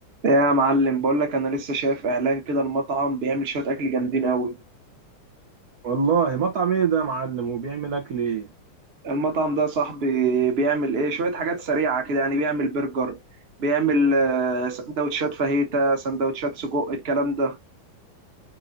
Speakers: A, on the right (about 35°); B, on the right (about 55°).
A: يا معلم بقول لك انا لسه شايف اعلان كده المطعم بيعمل شويه اكل جامدين قوي
B: والله مطعم ايه ده يا معلم وبيعمل اكل ايه
A: المطعم ده صاحبي بيعمل ايه شويه حاجات سريعه كده يعني بيعمل برجر بيعمل آه، سندوتشات فاهيتا سندوتشات سجق الكلام ده